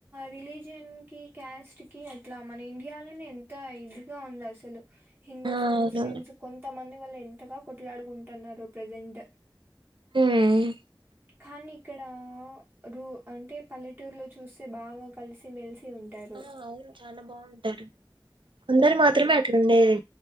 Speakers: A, on the right (about 25°); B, on the right (about 80°).
A: రిలీజియన్ కి క్యాస్ట్ కి అట్లా మన ఇండియాలోనే ఎంత ఇదిగా ఉంది అసలు హిందూస్
B: ఆ అవును
A: ముస్లిమ్స్ కొంత మంది వాళ్ళ ఎంతగా కొట్లాడుకుంటున్నారు ప్రజెంట్
B: హ్మ్
A: ఖాని ఇక్కడా రూ అంటే పల్లెటూరులో చూస్తే బాగా కలిసి మెలిసి ఉంటారు
B: ఆ అవును చాలా బాగుంటారు కొందరు మాత్రమే అట్ల ఉండేది